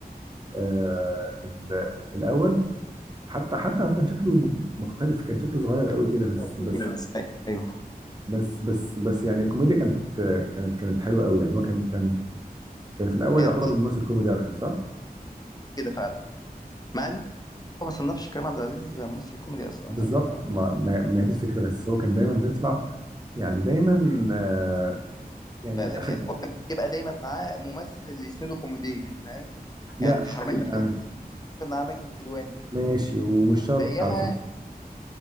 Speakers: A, on the right; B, on the left.
A: آه، ال- الأول حتى حتى هو كان شكله مختلف كان شكله صغير قوي كده بس
B: الحرامية.
A: بس
B: ايوه
A: بس بس بس يعني الكوميديا كانت كانت كانت حلوة قوي يعني هو كان كان كان في الأول
B: كانت
A: يعتبر ممثل كوميدي أكتر صح؟
B: كده فعلا مع ان ما بصنفش كريم عبد العزيز ممثل كوميدي اصلا
A: بالظبط
B: يعني ما
A: ما, ما, ما هي دي الفكره بس هو كان دايما بيطلع يعني دايما آه يعني
B: بالك
A: اخد
B: يعني هو كان بيبقى دايما معاه ممثل اللي يسنده كوميديا فاهم
A: لا
B: يعني في حرامية في كيجي
A: يعني
B: كان معاه ماجد الكدواني
A: ماشي ومش شرط
B: في ايامها
A: على فكره